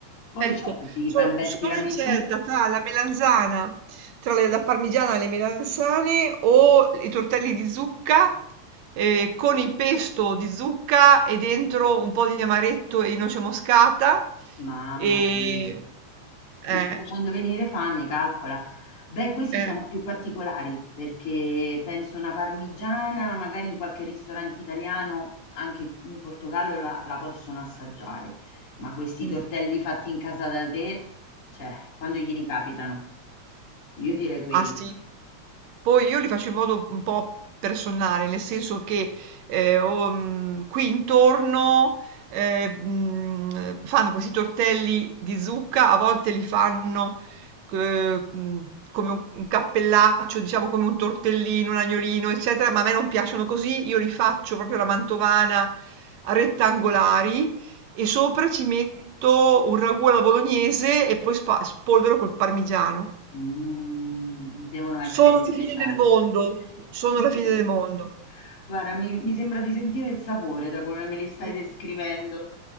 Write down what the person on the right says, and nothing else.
Ecco,
so
sono
incerta tra la melanzana, tra le- la parmigiana e le melanzane o i tortelli di zucca eh, con il pesto di zucca e dentro un po' di amaretto e di noce moscata.
E,
eh,
eh,
mm.
Ah sì, Poi io li faccio in modo un po' personale, nel senso che eh, ho, mh, qui intorno eh, mh, fanno questi tortelli di zucca, a volte li fanno eh, mh, come un, un cappellaccio, diciamo come un tortellino, un agnolino, eccetera, ma a me non piacciono così, io li faccio proprio alla mantovana a rettangolari e sopra ci metto un ragù alla bolognese e poi spa- spolvero col parmigiano.
Sono la
fine del mondo, sono
la
fine del mondo.
Mh.